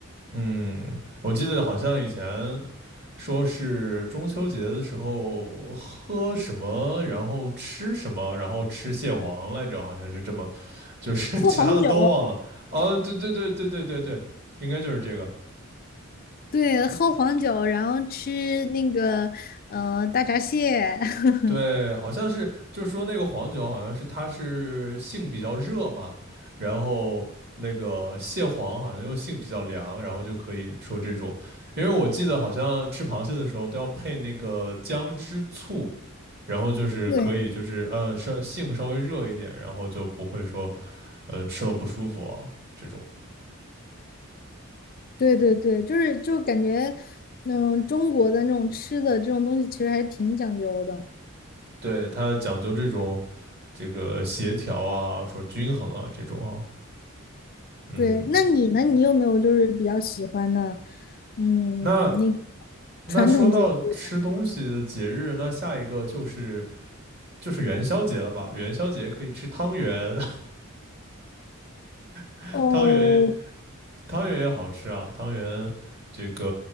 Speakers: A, on the right; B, on the left.
A: 嗯，我记得好像以前说是中秋节的时候喝什么，然后吃什么，然后吃蟹黄来着，好像是这么，就是
B: 喝黄酒，
A: <laughs> 其他的都忘了。哦，对对对对对对对，应该就是这个。
B: 对，喝黄酒，然后吃那个呃大闸蟹，<laughs>
A: 对，好像是，就是说那个黄酒，好像是它是性比较热嘛，然后那个蟹黄好像又性比较凉，然后就可以说这种，因为我记得好像吃螃蟹的时候都要配那个姜汁醋，然后就是可以就是呃稍性稍微热一点，
B: 对，
A: 然后就不会说呃吃了不舒服啊这种，
B: 对对对，就是就感觉，嗯，中国的那种吃的这种东西其实还挺讲究的。
A: 对，它讲究这种这个协调啊，说均衡啊这种啊，嗯。
B: 对，那你呢？你有没有就是比较喜欢的，嗯，
A: 那
B: 那个
A: 那说到吃东西的节日，
B: 传统节日呀
A: 那下一个就是就是元宵节了吧？元宵节可以吃汤圆，<laughs>
B: 哦，
A: 汤圆汤圆也好吃啊，汤圆这个